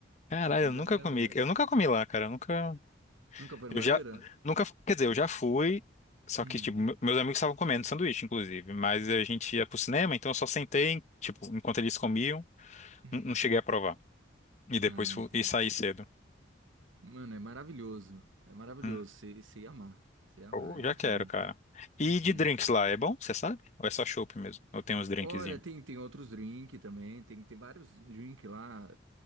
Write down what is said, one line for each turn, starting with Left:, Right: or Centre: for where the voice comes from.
Left: Caralho,
Right: Mas
Left: eu nunca
Right: é maravilhoso.
Left: comi. Eu nunca comi lá, cara. Eu nunca.
Right: Nunca foi
Left: Eu
Right: no Madeira?
Left: já. Nunca. Quer dizer, eu já fui. Só
Right: Hum,
Left: que, tipo, me- meus amigos estavam comendo sanduíche, inclusive. Mas a gente ia pro cinema, então eu só sentei, tipo, enquanto eles comiam,
Right: hum.
Left: n- não cheguei a provar. E depois
Right: Ai,
Left: fui,
Right: esse-
Left: e saí cedo.
Right: mano, é maravilhoso. É maravilhoso,
Left: Hum.
Right: você você ia amar. Você ia
Left: Pô,
Right: amar, é muito
Left: já quero,
Right: bom.
Left: cara.
Right: Uhum.
Left: E de drinks lá, é bom? Você sabe? Ou é só chopp mesmo? Ou tem uns drinkzinhos?
Right: Olha, tem, tem outros drinks também, tem, tem vários drinks lá.